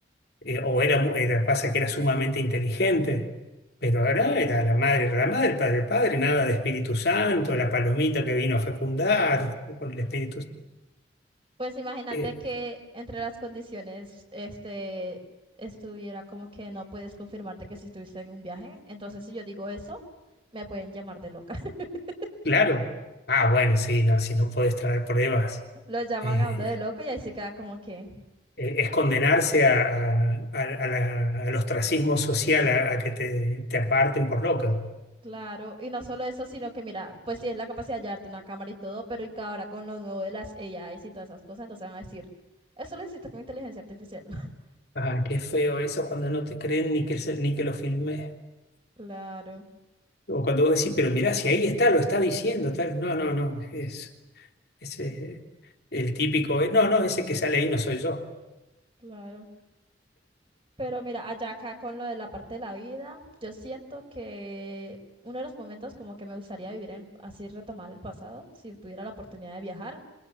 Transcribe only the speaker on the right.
pues imagínate
que entre las condiciones, este, estuviera como que no puedes confirmarte que si estuviste en un viaje. Entonces, si yo digo eso, me pueden llamar de loca. <laughs>
Lo llaman
a uno de loco y ahí se queda como que,
¿qué?
Claro, y no solo eso, sino que mira, pues sí es la capacidad de llevarte una cámara y todo, pero y que ahora con lo nuevo de las AIs y todas esas cosas, entonces van a decir, eso lo hiciste con inteligencia artificial. <laughs>
Claro,
claro. Pero mira, allá acá con lo de la parte de la vida, yo siento que uno de los momentos como que me gustaría vivir en, así retomar el pasado, si tuviera la oportunidad de viajar,